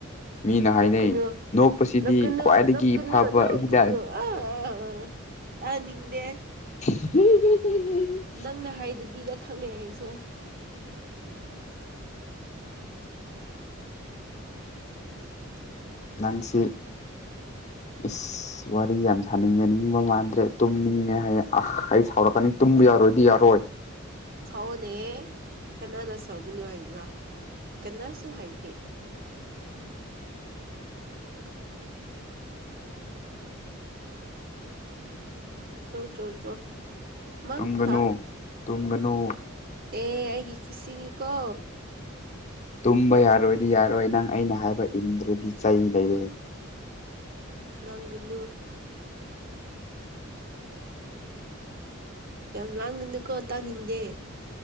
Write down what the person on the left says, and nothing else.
ꯃꯤꯅ ꯍꯥꯏꯅꯩ
ꯅꯣꯛꯄꯁꯤꯗꯤ
ꯈ꯭ꯋꯥꯏꯗꯒꯤ
ꯐꯕ
ꯍꯤꯗꯥꯛ
<unintelligible>
ꯅꯪꯁꯤ ꯏꯁ ꯑꯁ ꯋꯥꯔꯤ ꯌꯥꯝ ꯁꯥꯅꯤꯡꯉꯅꯤꯡꯕ ꯃꯥꯟꯗ꯭ꯔꯦ ꯇꯨꯝꯅꯤꯡꯉꯦ ꯍꯥꯏꯌꯦ ꯑꯥ ꯑꯩ ꯁꯥꯎꯔꯛꯀꯅꯤ ꯇꯨꯝꯕ ꯌꯥꯔꯣꯏꯗꯤ ꯌꯥꯔꯣꯏ
ꯇꯨꯝꯒꯅꯨ
ꯇꯨꯝꯒꯅꯨ
ꯇꯨꯝꯕ ꯌꯥꯔꯣꯏꯗꯤ ꯌꯥꯔꯣꯏ ꯅꯪ ꯑꯩꯅ ꯍꯥꯏꯕ ꯏꯟꯗ꯭ꯔꯗꯤ ꯆꯩ ꯂꯩꯔꯦ